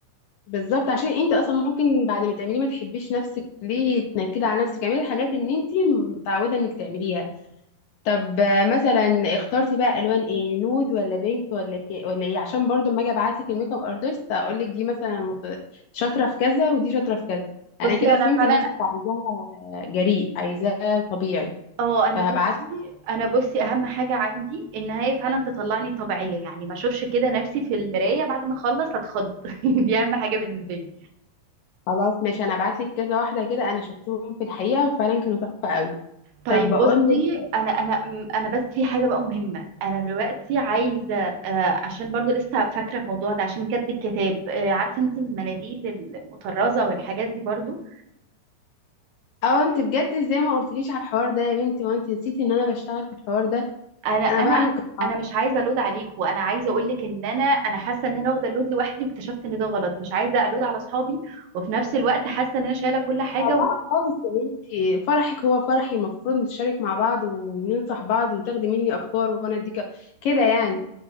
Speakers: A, on the left; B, on the right.
A: بالظبط عشان انتي اصلا ممكن بعد ما تعمليه ما تحبيش نفسك ليه تنكدي على نفسك اعملي الحاجات اللي انتي متعودة انك تعمليها طب آه، مثلا اخترتي بقى الوان ايه نود ولا بينك ولا كي ولا ايه عشان برضو اما اجي ابعت لك الميك اب ارتست اقول لك دي مثلا مت- شاطره في كذا ودي شاطره في كذا انا
B: بصي
A: كده
B: انا
A: فهمت
B: فعلا
A: ان انت مش عايزاها جريء عايزاها طبيعي
B: اه انا
A: فهبعت
B: بصي
A: لك
B: انا بصي اهم حاجه عندي ان هي فعلا تطلعني طبيعيه يعني ما اشوفش كده نفسي في المرايه بعد ما اخلص اتخض <laughs> دي اهم حاجه بالنسبه لي
A: خلاص ماشي انا هبعت لك كذا واحده كده انا شفتهم في الحقيقه وفعلا كانوا تحفه قوي
B: طيب
A: طب بقول
B: بصي
A: لك
B: انا انا م- انا بس في حاجه بقى مهمه انا دلوقتي عايزه آه، عشان برضو لسه فاكره الموضوع ده عشان كاتبه الكتاب آه، عارفه انت المناديل المطرزه والحاجات دي برضو
A: اه انت بجد ازاي ما قلتليش على الحوار ده يا بنتي وانت نسيتي ان انا بشتغل في الحوار ده
B: انا انا
A: انا بعمل كنت
B: انا مش عايزه الود عليكم انا عايزه اقول لك ان انا انا حاسه ان انا واخده اللود لوحدي واكتشفت ان ده غلط مش عايزه الود على اصحابي وفي نفس الوقت حاسه ان انا شايله كل حاجه
A: لا
B: و...
A: خالص يا بنتي فرحك هو فرحي المفروض نتشارك مع بعض وننصح بعض وتاخدي مني افكار وانا اديك كده يعني